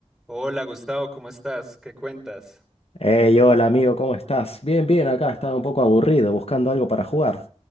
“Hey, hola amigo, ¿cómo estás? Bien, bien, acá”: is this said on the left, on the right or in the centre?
Left